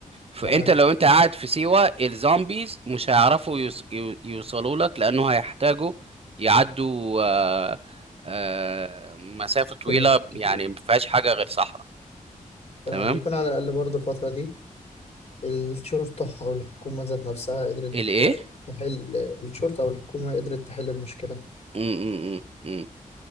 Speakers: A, on the right (about 45°); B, on the left (about 50°).
A: فانت
B: تمام
A: لو انت قاعد في سيوة الزومبيز مش هيعرفوا يوص... يو- يوصلوا لك لانه هيحتاجوا يعدوا آه، آه، مسافة طويلة
B: كيلومترات كتير
A: يعني ما فيهاش حاجة غير صحراء
B: تمام
A: تمام
B: يكون على الأقل برضه الفترة دي الشرطة أو الحكومة ذات نفسها قدرت
A: الايه
B: ت- تحل الشرطة أو الحكومة قدرت تحل المشكلة
A: م- م- م- م.